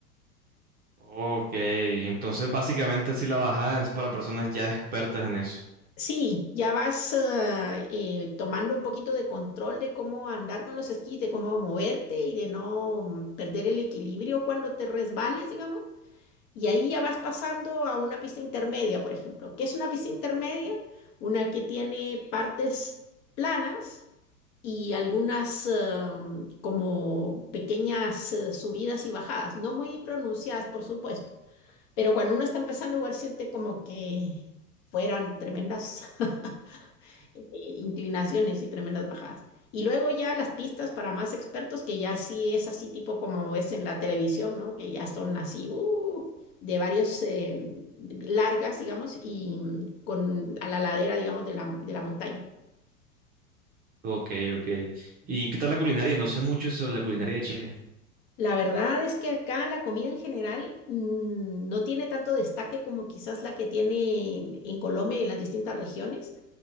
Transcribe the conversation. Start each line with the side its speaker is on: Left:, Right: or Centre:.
Right: Ok, entonces básicamente sí la bajada es para personas ya expertas en eso.
Left: Sí, ya vas ah, eh, tomando un poquito de control de cómo andar con los esquís, de cómo moverte y de no mm, perder el equilibrio cuando te resbales, digamos. Y ahí ya vas pasando a una pista intermedia, por ejemplo. ¿Qué es una pista intermedia? Una que tiene partes planas y algunas ah, mm, como pequeñas eh, subidas y bajadas, no muy pronunciadas, por supuesto. Pero cuando uno está empezando, igual siente como que fueran tremendas. <laughs> eh, inclinaciones y tremendas bajadas. Y luego ya las pistas para más expertos, que ya sí es así tipo como es en la televisión, ¿no? Que ya son así uh, de varios eh, largas, digamos, y mm, con a la ladera, digamos, de la, de la montaña.
Right: Ok, ok. ¿Y qué tal la culinaria? No sé mucho sobre la culinaria de Chile.
Left: La verdad es que acá la comida en general mm, no tiene tanto destaque como quizás la que tiene en, en Colombia y en las distintas regiones.